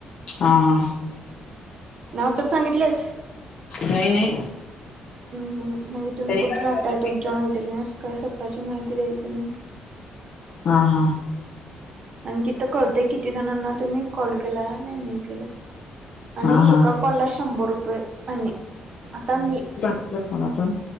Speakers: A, on the left; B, on the right.
A: हा हा.
B: नाव तर सांगितलेस?
A: नाही नाही.
B: हम म्हणजे तुम्ही कुठे
A: काय
B: राहताय
A: विचारलंच नाही
B: तुमच्या मैत्रिणीस काय स्वतःची माहिती द्यायचं नाई.
A: हा हा.
B: आणि तिथं कळतंय किती जणांना तुम्ही कॉल केलाय आणि नाही केलाय. आणि
A: हा हा
B: एका कॉल ला शंभर रुपये आणि आता मी.
A: ज मला पण.